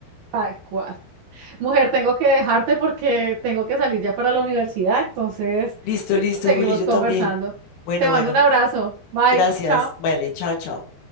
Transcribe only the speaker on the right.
tal cual. Mujer, tengo que dejarte porque tengo que salir ya para la universidad, entonces
seguimos
conversando.
Te mando
un abrazo. Bye,
chao.